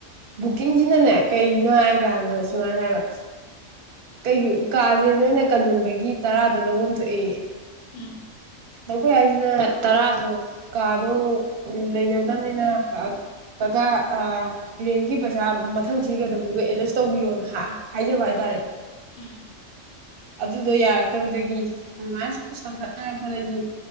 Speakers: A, on the right; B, on the left.
A: ꯕꯨꯛꯀꯤꯡꯁꯤꯅꯅꯦ ꯀꯩꯒꯤꯅꯣ ꯍꯥꯏ ꯀꯥꯟꯗ ꯁꯨꯃꯥꯏꯅ ꯍꯥꯏꯕ ꯀ ꯀꯥꯁꯦ ꯅꯣꯏꯅ ꯀꯟꯁꯤꯟꯕꯒꯤ ꯇꯔꯥꯗ ꯂꯧꯐꯝ ꯊꯣꯛꯑꯌꯦ
B: ꯎꯝ
A: ꯑꯩꯈꯣꯏ ꯍꯥꯏꯁꯤꯅ ꯇꯔꯥꯗꯣ ꯀꯥꯗꯣ ꯂꯩꯅꯗꯕꯅꯤꯅ ꯀꯀꯥ ꯔꯦꯟꯒꯤ ꯄꯩꯁꯥ ꯃꯊꯪ ꯊꯤꯒꯗꯕꯗꯨꯒ ꯑꯦꯗꯖꯁ ꯇꯧꯕꯤꯌꯣꯅ ꯍꯥꯏꯖꯕ ꯍꯥꯏꯇꯥꯔꯦ
B: ꯎꯝ ꯎꯝ
A: ꯑꯗꯨꯗꯣ ꯌꯥꯔꯛꯇꯕꯗꯒꯤ ꯑꯗꯨꯃꯥꯏꯅ ꯁꯨꯝ ꯁꯥꯒꯠꯅꯔꯛꯄꯗꯒꯤ